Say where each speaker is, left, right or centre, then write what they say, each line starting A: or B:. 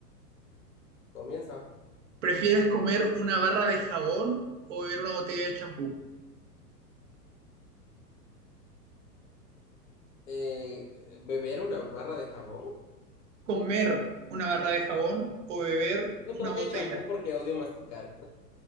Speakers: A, on the left; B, on the right.
A: Comienza.
B: ¿Prefieres comer una barra de jabón o beber una botella de champú?
A: Eh, ¿beber una barra de jabón?
B: ¿Comer una barra de jabón o beber
A: Yo
B: una
A: creo
B: botella?
A: que shampoo porque odio masticar.